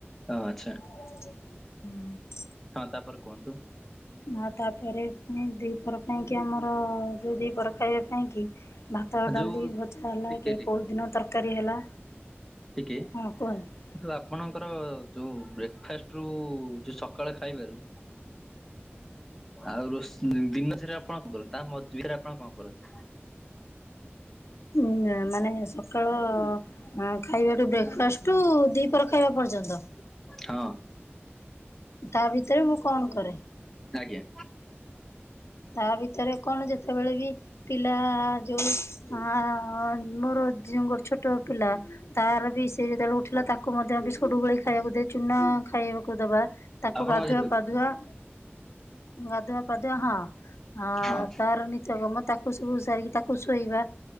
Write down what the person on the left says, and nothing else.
ହୁଁ,
ଆଉ ତାପରେ ପୁଣି ଦି ପର ପାଇଁକି ଆମର-ଅ-ଅ-ଅ ଯୋଉ ଦି ପର ଖାଇବା ପାଇଁକି ଭାତ, ଡାଲି,
ଭଜା ହେଲା
କି
କେଉଁ ଦିନ ତରକାରୀ ହେଲା।
ହଁ କୁହନ୍ତୁ
ଉଁ ମାନେ ସକାଳ-ଅ-ଅ-ଅ ହଁ ଖାଇବାଠୁ ବ୍ରେକ୍ ଫାଷ୍ଟୁ ଦିପର ଖାଇବା ପର୍ଯ୍ୟନ୍ତ।
ତା ଭିତରେ ମୁଁ କଣ କରେ?
ତା ଭିତରେ କଣ ଯେତେବେଳେ ବି ପିଲା-ଆ-ଆ ଯୋଉ ଆ-ଆ-ଆ-ଆ ମୋର ଜିଉ ଗୋଟେ ଛୋଟ ପିଲା ତାର ବି ସେ ଯେତେବେଳେ ଉ ଉଠିଲା ତାକୁ ମଧ୍ୟ ବିସ୍କୁଟ ଗୋଳେଇ ଖାଇବାକୁ ଦିଏ, ଚୁନା ଖାଇବାକୁ ଦବା ତାକୁ
ଗାଧୁଆ ପାଧୁଆ ଗାଧୁଆ ପାଧୁଆ ହଁ ଅ-ଅ-ଅ-ଅ
ତାର ନି ତ୍ୟକର୍ମ ତାକୁ ସବୁ ସାରିକି ତାକୁ ଶୋଇବା